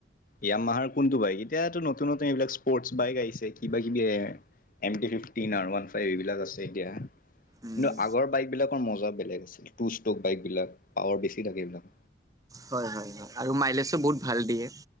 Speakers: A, on the left; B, on the right.
A: য়ামাহাৰ কোনটো বাইক এতিয়াতো নতুন, নতুন এইবিলাক স্পৰ্টছ বাইক আহিছে কিবা, কিবি M T fifteen R one five এইবিলাক আছে এতিয়া
B: উম
A: কিন্তু আগৰ বাইক বিলাকৰ মজা বেলেগ আছিল টু ষ্টক বাইক বিলাক পাৱাৰ বেছি থাকে এইবিলাক
B: হয়, হয়, হয় আৰু মাইলেজো বহুত ভাল দিয়ে।